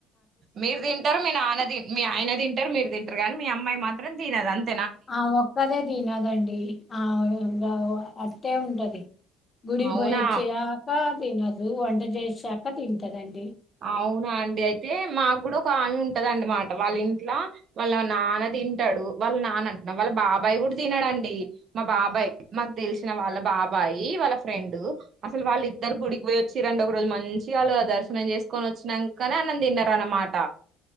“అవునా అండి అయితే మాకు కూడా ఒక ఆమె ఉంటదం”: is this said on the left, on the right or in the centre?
Right